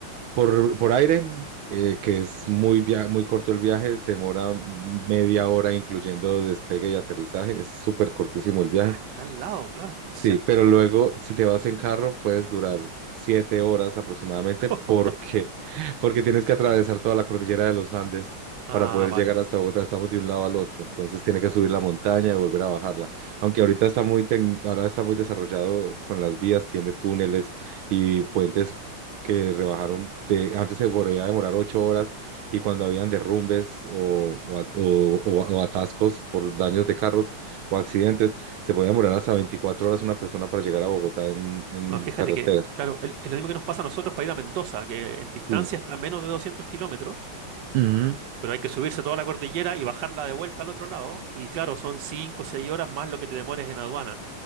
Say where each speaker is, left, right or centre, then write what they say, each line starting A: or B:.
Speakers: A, on the right; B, on the right.
A: por, por aire, eh, que es muy, via- muy corto el viaje, se demora media hora incluyendo despegue y aterrizaje, es súper cortísimo el viaje.
B: Ah, está al lado, claro,
A: Sí,
B: cerca.
A: pero luego si te vas en carro puedes durar siete horas aproximadamente
B: <laughs>
A: porque, <laughs> porque tienes que atravesar toda la cordillera de los Andes
B: Ah,
A: para poder
B: vale.
A: llegar hasta Bogotá. Estamos de un lado al otro, entonces tiene que subir la montaña y volver a bajarla. Aunque ahorita está muy, tec- ahora está muy desarrollado con las vías, tiene túneles y puentes que rebajaron. de- antes se podía demorar ocho horas y cuando habían derrumbes o o at- o- o- o atascos por daños de carros o accidentes se podía demorar hasta 24 horas una persona para llegar a Bogotá en, en
B: Bueno, fíjate
A: carretera.
B: que, claro, el- es lo mismo que nos pasa a nosotros para ir a Mendoza, que en distancia
A: Sí.
B: está a menos de 200 kilómetros,
A: Ujú.
B: pero hay que subirse toda la cordillera y bajarla de vuelta al otro lado. Y claro, son 5 o 6 horas más lo que te demores en aduana.